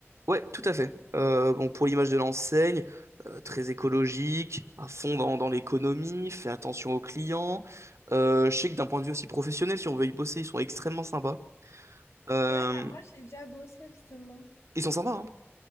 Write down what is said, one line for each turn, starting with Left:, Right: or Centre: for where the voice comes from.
Right: Ouais, tout à fait. Euh, bon, pour l'image de l'enseigne, euh, très écologique, à fond dans, dans l'économie, fait attention aux clients. Euh, je sais que d'un point de vue aussi professionnel, si on veut y bosser, ils sont extrêmement sympas. Euh,
Left: Ouais, bah moi j'ai déjà bossé justement.
Right: ils sont sympas, hein.